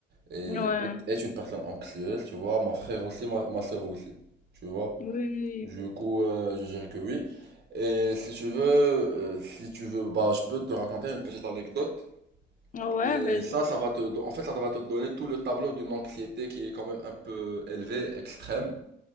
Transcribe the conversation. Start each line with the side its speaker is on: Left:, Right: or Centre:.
Right: est,
Left: Ouais.
Right: est, est une personne anxieuse, tu vois, mon frère aussi, ma, ma soeur aussi, tu vois.
Left: Oui, oui,
Right: Du coup, euh, je dirais que oui. Et si tu veux, euh, si tu veux, bah, je peux te raconter une petite anecdote.
Left: oui. Ouais,
Right: Et
Left: vas-y.
Right: ça, ça va te, en fait, ça va te donner tout le tableau d'une anxiété qui est quand même un peu élevée, extrême.